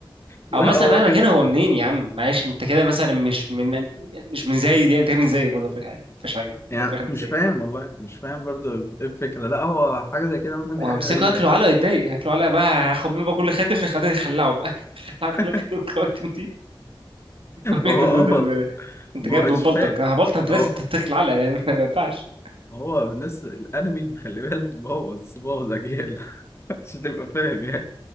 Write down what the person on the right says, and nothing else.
او مثلا
مهما
كان هو منين يا عم معيش انت كده مثلا مش من مش من زايد يعني انت كده من زايد برضه فكرة عادي مفيش حاجه انت
كده في الآخر
من زايد
وهمسكه
ياكله
علقه يتضايق هاكله علقه بقى هاخد منه بقى كل خاتم من الخواتم دي، هخلعه بقى <laughs> هاكل
كل خاتم من الخواتم دي <laughs> وأقول
له ده- ده-
ده- انت
جايب
ببلطك
هبلطك انت
لازم تتاكل علقه يعني <laughs> ما ينفعش